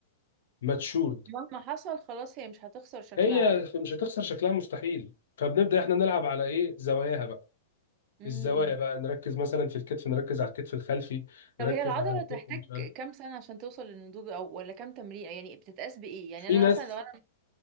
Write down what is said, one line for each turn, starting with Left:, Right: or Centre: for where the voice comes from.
Left: ماتشورد
Right: مهما حصل خلاص هي مش هتخسر شكلها
Left: هي
Right: يعني
Left: مش هتخسر شكلها مستحيل فبنبدأ احنا نلعب على ايه زواياها بقى
Right: امم
Left: الزوايا بقى نركز مثلا في الكتف نركز على الكتف الخلفي
Right: طب
Left: نركز
Right: هي العضلة
Left: على الكتف
Right: تحتاج
Left: مش عارف
Right: كام سنة عشان توصل للنضوج او ولا كام تمرين يعني بتتقاس بايه يعني
Left: في
Right: انا
Left: ناس
Right: مثلا لو انا